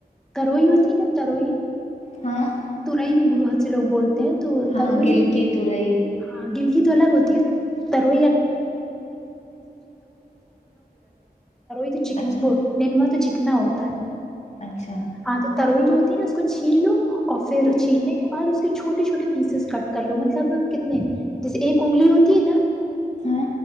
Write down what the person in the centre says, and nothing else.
تروئی ہوتی تروئی
توورائی بھی بڑو ہاتھ سے لوگ بولتے تو
تروئی
جو
ہاں گلک <inaudible> تارو تو چنی
وہ نینوا تو اکنا ہوتا ہے
ہاں تو ترو ہی جو ہوتی نا اس کو چھین لو اور پھر
چھیلنے کے بعد اس چھوٹے چھوٹے پیسز کٹ کر لو مطلب کتنے جیسے ایک انگلی ہوتی ہے نا